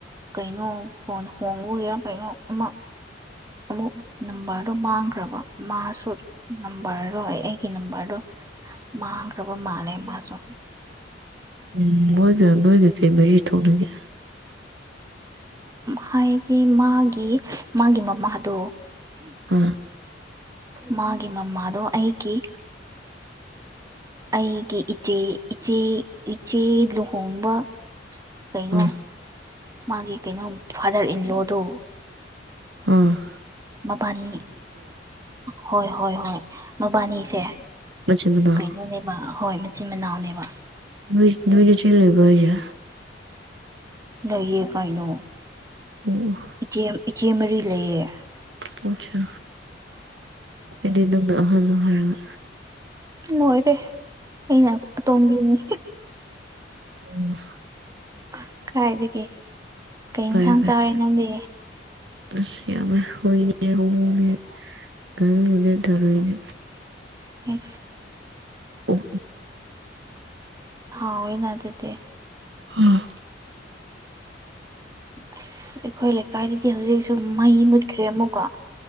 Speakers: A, on the right; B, on the right.
A: ꯀꯩꯅꯣ ꯐꯣꯟ ꯍꯣꯡꯕ ꯑꯣꯏꯒꯦꯔꯥ ꯀꯩꯅꯣ ꯑꯃ ꯑꯃꯨꯛ ꯅꯝꯕꯔꯗꯨꯣ ꯃꯥꯡꯈ꯭ꯔꯕ ꯃꯥꯁꯨ ꯅꯝꯕꯔꯗꯣꯏ ꯑꯩ ꯑꯩꯒꯤ ꯅꯝꯕ꯭ꯔꯗꯣ ꯃꯥꯥꯡꯈ꯭ꯔꯕ ꯃꯥꯜꯂꯦ ꯃꯥꯁꯨ
B: ꯎꯝ ꯃꯣꯏꯒ ꯅꯣꯏꯒ ꯀꯩ ꯃꯔꯤ ꯊꯣꯛꯅꯒꯦ
A: ꯍꯥꯏꯗꯤ ꯃꯥꯒꯤ ꯃꯥꯒꯤ ꯃꯃꯥꯗꯣ
B: ꯎ
A: ꯃꯥꯒꯤ ꯃꯃꯥꯗꯣ ꯑꯩꯒꯤ ꯑꯩꯒꯤ ꯏꯆꯦ ꯏꯆꯦ ꯏꯆꯦ ꯂꯨꯍꯣꯡꯕ ꯀꯩꯅꯣ
B: ꯑꯥ
A: ꯃꯥꯒꯤ ꯀꯩꯅꯣ ꯐꯥꯗꯔ ꯏꯟ ꯂꯣꯗꯣ
B: ꯎꯝ
A: ꯃꯕꯥꯅꯤ ꯍꯣꯏ ꯍꯣꯏ ꯍꯣꯏ ꯃꯕꯥꯅꯤꯁꯦ
B: ꯃꯆꯤꯟ ꯃꯅꯥꯎ
A: ꯀꯩꯅꯣꯅꯦꯕ ꯍꯣꯏ ꯃꯆꯤꯟ ꯃꯅꯥꯎꯅꯦꯕ
B: ꯅꯣꯏ ꯅꯣꯏꯗꯤ ꯁꯤ ꯂꯩꯕ꯭ꯔꯣ ꯍꯥꯖꯦ
A: ꯂꯏꯌꯦ ꯀꯥꯏꯅ
B: ꯑꯣ ꯑꯣ
A: ꯏꯆꯦ ꯏꯆꯦ ꯃꯔꯤ ꯂꯩꯌꯦ
B: ꯑꯣꯠꯆꯥ ꯑꯩꯗꯤ ꯅꯪꯅ ꯑꯍꯜꯂ ꯍꯥꯏꯔꯒꯥ
A: ꯂꯣꯏꯔꯦ ꯑꯩꯅ ꯑꯇꯣꯝꯕꯤꯅꯤ
B: ꯎꯝ
A: ꯑꯥ ꯍ ꯀꯥꯏ ꯂꯩꯒꯦ ꯀꯩ
B: ꯐꯔꯦ
A: ꯏꯟꯁꯥꯡ
B: ꯐꯔꯦ
A: ꯆꯥꯔꯦ ꯅꯪꯗꯤ
B: ꯑꯁ ꯌꯝꯃꯤꯍꯦ ꯑꯩꯈꯣꯏ ꯃꯤ ꯑꯍꯨꯝꯃꯨꯛꯅꯦ ꯉꯥꯅꯨꯅꯦ ꯊꯥꯔꯣꯏꯅꯦ
A: ꯍ
B: ꯑꯣ
A: ꯍꯥꯎ ꯑꯣꯏ ꯅ ꯑꯗꯨꯗꯤ
B: ꯑꯥ
A: ꯑꯁ ꯑꯩꯈꯣꯏ ꯂꯩꯀꯥꯏꯗꯗꯤ ꯍꯧꯖꯤꯛꯁꯨ ꯃꯩ ꯃꯨꯠꯈ꯭ꯔꯦ ꯑꯃꯨꯛꯀꯣ